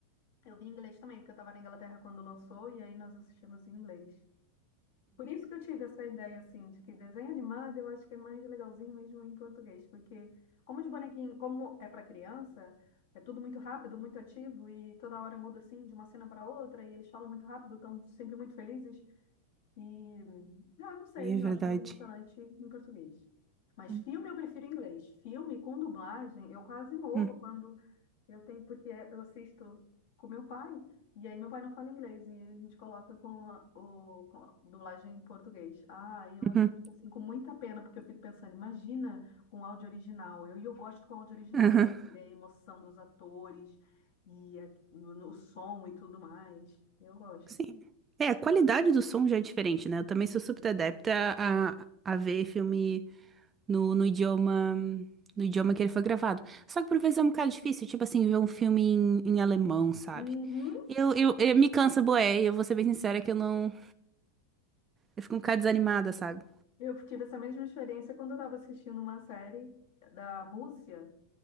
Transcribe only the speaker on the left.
Eu vi inglês também, porque eu estava na Inglaterra quando lançou, e aí nós assistimos em inglês. Por isso que eu tive essa ideia, assim, de que desenho animado eu acho que é mais legalzinho mesmo em português, porque como os bonequinhos, como é para criança, é tudo muito rápido, muito ativo e toda hora muda, assim, de uma cena para outra e eles falam muito rápido, estão sempre muito felizes e, ah, eu não sei,
eu acho mais emocionante em português. Mas
filme eu prefiro em inglês. Filme com dublagem, eu quase morro
quando eu tenho porque eu assisto com meu pai, e aí meu pai não fala inglês, e a gente coloca com a- o, com a dublagem em português. Ah, e eu assisto
assim com muita pena, porque eu fico pensando, imagina com áudio original. Eu, e eu gosto com áudio original,
ver a emoção dos atores e a- no- no- o som e tudo mais. Eu gosto.
Uhum.
Uhum.
Eu tive essa mesma experiência quando eu estava assistindo uma série da Rússia.